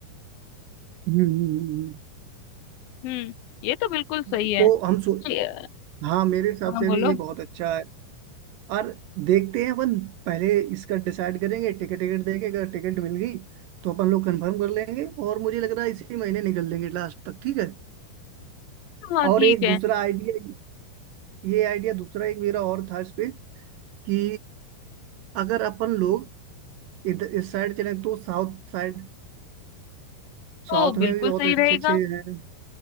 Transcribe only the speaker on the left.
हम्म ये तो बिल्कुल सही
है
ये-
हाँ
बोलो
हाँ
ठीक
है
तो बिल्कुल
सही
रहेगा